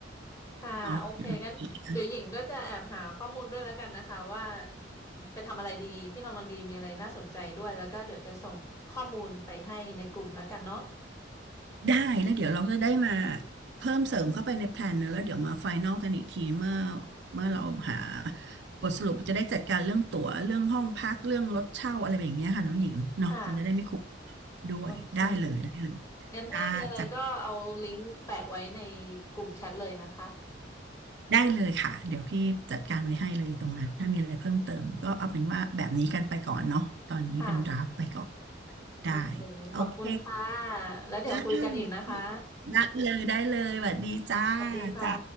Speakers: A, on the left; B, on the right.
A: ค่ะโอเคงั้นเดี๋ยวหญิงก็จะแอบหาข้อมูลด้วยแล้วกันนะคะว่า
B: เนาะเดี๋ยวเรา
A: ไปทำอะไรดีที่นอร์มันดีมีอะไรน่าสนใจด้วยแล้วก็เดี๋ยวจะส่งข้อมูลไปให้ในกลุ่มแล้วกันเนาะ
B: ได้แล้วเดี๋ยวเราจะได้มาเพิ่มเสริมเข้าไปในแพลนเนอะแล้วเดี๋ยวมาไฟนอลกันอีกทีเมื่อเมื่อเราหาบทสรุปจะได้จัดการเรื่องตั๋วเรื่องห้องพักเรื่องรถเช่าอะไรแบบเนี้ยค่ะน้องหญิงเนาะมันจะได้ไม่ขลุก
A: ค่ะ
B: ด้วยได้เลยได้เลย
A: โอเคงั้นถ้ามีอะไรก็เอาลิงก์แปะไว้ใน
B: จ้าจัด
A: กลุ่มแชทเลยนะคะ
B: ได้เลยค่ะเดี๋ยวพี่จัดการไว้ให้เลยตรงนั้นถ้ามีอะไรเพิ่มเติมก็เอาเป็นว่าแบบนี้กันไปก่อนเนาะตอนนี้เป็นดราฟไปก่อน
A: ค่ะ
B: ได้
A: โอเคขอบคุณค่ะ
B: โอเค
A: แล้วเดี๋ยวคุยกันอีกนะคะ
B: ได้ได้เลยได้เลยสวัสดีจ้า
A: สวัสดีค่ะ
B: จ้า